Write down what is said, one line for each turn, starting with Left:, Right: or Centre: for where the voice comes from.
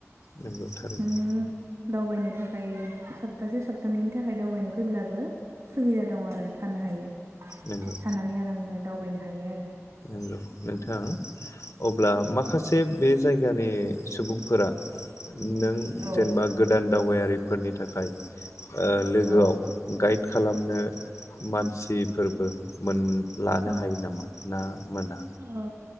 Left: नंगौ थारैनो
Right: नों दावबायनो थाखाय सप्तासे सप्तानैैनि थाखाय दावबायनो फैब्लाबो सुबिदा दं आरो थानो हायो।
Left: नंगौ
Right: थानानै आरामनो दावबायनो हायो आरो।
Left: नोंथां अब्ला माखासे बे जायगानि सुबुं फोरा नों
Right: औ
Left: जेनेबा गोदान दावबायारि फोरनि थाखाय ओ लोगो
Right: औ
Left: आव गाइड खालामनो मानसि फोरबो मोन लानो
Right: औ
Left: हायो नामा ना मोना।
Right: औ